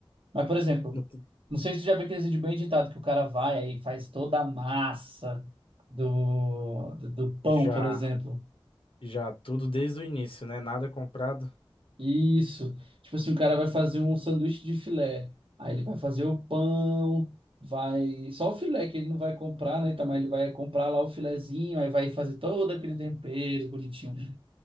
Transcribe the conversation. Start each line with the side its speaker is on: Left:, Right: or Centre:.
Right: Mas, por exemplo,
Left: Eu t-
Right: Não sei se tu já viu aquele vídeo bem editado que o cara vai aí e faz toda a massa do, do, do pão,
Left: Já,
Right: por exemplo.
Left: já tudo desde o início, né? Nada comprado.
Right: Isso. Tipo assim, o cara vai fazer um sanduíche de filé. Aí ele vai fazer o pão, vai. Só o filé que ele não vai comprar, né? Tá mas ele vai comprar lá o filezinho, aí vai fazer todo aquele tempero bonitinho.